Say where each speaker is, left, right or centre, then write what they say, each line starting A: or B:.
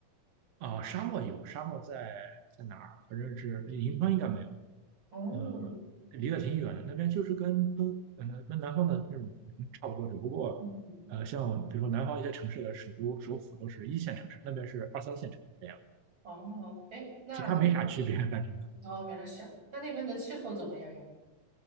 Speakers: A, on the right; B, on the right.
A: 啊、沙漠有，沙漠在在哪儿？反正是银川应该没有，
B: 哦，
A: 呃，离得挺远的。那边就是跟东，呃，跟南方的那种差不多，只不过，
B: 嗯
A: 呃，像比如说南方一些城市的首都、首府都是一线城市，那边是二三线城市这样，
B: 哦，哎，那那边的，
A: 其他没啥区别，感觉
B: 哦，原来是啊，那那边的气候怎么样呀？